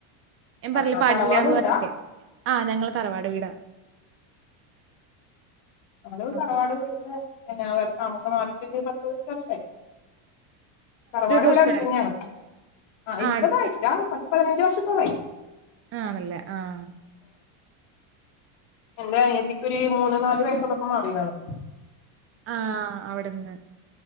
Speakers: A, on the right (about 25°); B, on the left (about 60°).
A: ഞൻ
B: ആ
A: പറഞ്ഞില്ലേ
B: ആ
A: പാടില്ലന്ന്
B: തറവാട് വീടാ
A: പറഞ്ഞില്ലേ ആഹ് ഞങ്ങള് തറവാട് വീടാ
B: നളൾ
A: അപ്പൊ
B: തറവാട് വീട്ന്ന് അവ താമസം മാറിട്ട പത്ത് വർഷായ് തറവാട് ഇവടെ
A: വർഷായി.
B: അടുത്തന്നെയാണ് ആഹ്
A: ആ
B: ഇരുപതായിട്ടില്ല
A: അടുത്ത്.
B: പത്ത് പതിനഞ്ച് വർ <unintelligible>
A: ആണല്ലേ ആഹ
B: എന്റെ അനിയത്തിക്ഒരു മൂന്ന് നാല് വയസ്സുള്ളപ്പോ മാറിയതാണ്
A: അഹ് അവിടന്നെ